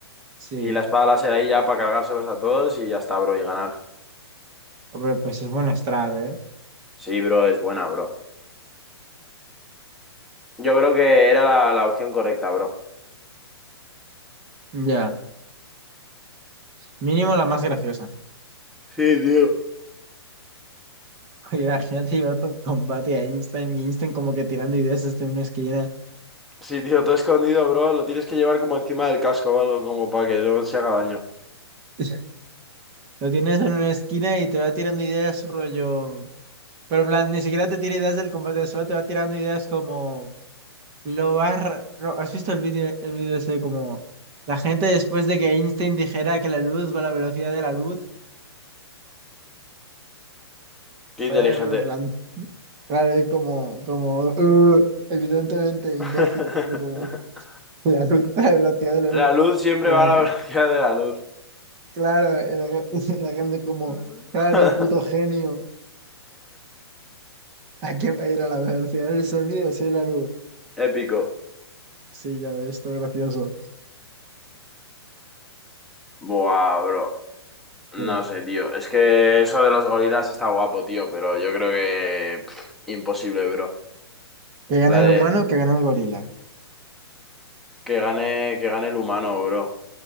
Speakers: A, on the right; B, in the centre.
A: sí,
B: Y la espada láser ahí ya para cargárselos a todos y ya está, bro, y ganar.
A: hombre, pues es buena strat, ¿eh?
B: Sí, bro, es buena, bro. Yo creo que era la, la opción correcta, bro.
A: Ya, mínimo la más graciosa.
B: Sí, tío.
A: Oye, imagínate llevar tu combate a Einstein y Einstein como que tirando ideas hasta en una esquina.
B: Sí, tío, todo escondido, bro. Lo tienes que llevar como encima del casco o algo, como para que no se haga daño.
A: <laughs> Lo tienes en una esquina y te va tirando ideas, rollo. Pero en plan, ni siquiera te tira ideas del combate, solo te va tirando ideas como lo vas. ra- ro- ¿Has visto el vídeo, el vídeo ese como la gente después de que Einstein dijera que la luz va a la velocidad de la luz?
B: Qué
A: ¿Sabes?
B: inteligente.
A: Pero en plan, claro, y como, como, "Uh, evidentemente, imbécil,
B: <laughs>
A: y como la luz, <laughs> la velocidad de la
B: La
A: luz,
B: luz siempre
A: como
B: va a la
A: que.
B: <laughs> velocidad de la luz.
A: Claro, el <laughs> gen- la gente como,
B: <laughs>
A: claro, puto genio, hay que ir a la velocidad del sonido, sí, la luz.
B: Épico.
A: Sí, ya ves, esto es gracioso.
B: Buah, bro. No
A: Que,
B: sé, tío. Es que eso de los gorilas está guapo, tío, pero yo creo que pff, imposible, bro.
A: que gane
B: La
A: el
B: de
A: humano, que gane el gorila.
B: que gane, que gane el humano, bro.